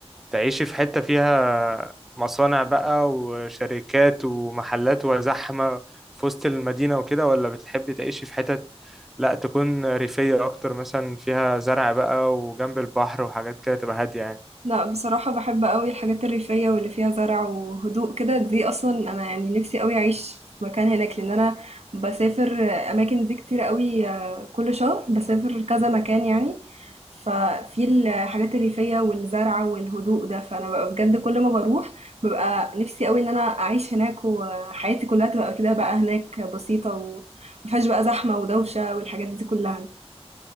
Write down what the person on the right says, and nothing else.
لا بصراحة بحب قوي الحاجات الريفية واللي فيها زرع وهدوء كده دي أصلا أنا يعني نفسي قوي أعيش في مكان هناك لأن أنا بسافر أماكن دي كتير قوي آه، كل شهر بسافر كذا مكان يعني ففي الحاجات الريفية والزرع والهدوء ده فأنا ببقى بجد كل ما بروح ببقى نفسي قوي إن أنا أعيش هناك وحياتي كلها تبقى كده بقى هناك بسيطة ومفيهاش بقى زحمة ودوشة والحاجات دي كلها